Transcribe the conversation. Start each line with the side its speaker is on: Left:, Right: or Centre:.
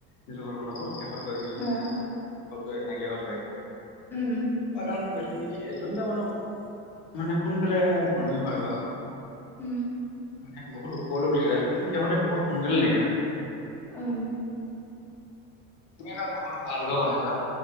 Left: নিজৰ ঘৰ বনাব। শেষত কৰে নিজৰ কাৰণে
Centre: অ
Left: আৰু। তো এইটো নাইকিয়া হৈ যায়।
Centre: উম
Left: আৰু এটা কথা গম পাইছো মানে কি এই জোনকোটা মানুহ মানে সোনকালে ধনী হয় বা।
Centre: উম
Left: মানে বহুত ওৰলৈ উঠি যায় কিন্ত সিহতে বহুত। সোনকালে নাইকিয়া হয়।
Centre: উম
Left: তুমি এটা বহুত ভাল ঘৰ বনাইছা।